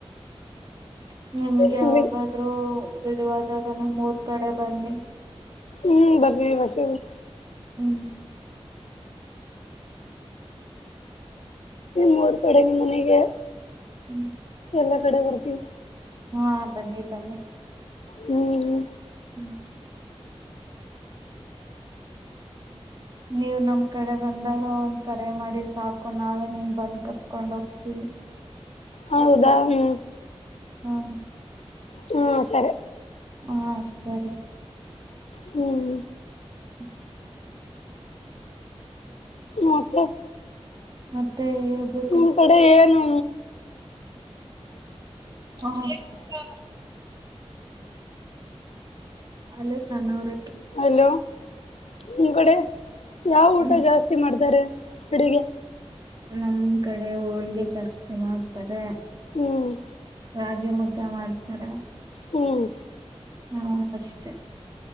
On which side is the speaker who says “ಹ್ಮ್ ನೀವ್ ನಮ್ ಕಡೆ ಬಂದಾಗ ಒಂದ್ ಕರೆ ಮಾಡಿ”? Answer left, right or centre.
Right